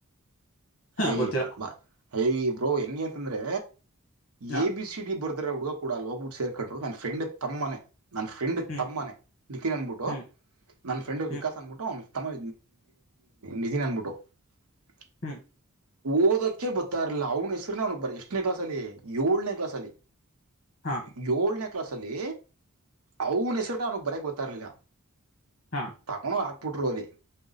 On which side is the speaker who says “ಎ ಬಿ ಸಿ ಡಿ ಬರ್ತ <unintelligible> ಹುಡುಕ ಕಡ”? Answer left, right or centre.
Right